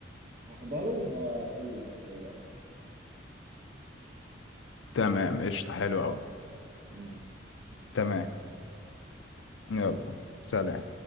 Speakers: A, on the right; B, on the left.
A: هحضره وهقول لك ايه رأيي
B: تمام
A: قشطة
B: قشطة حلو أوي
A: ماشي يلا
B: تمام
A: سلام
B: يلا سلام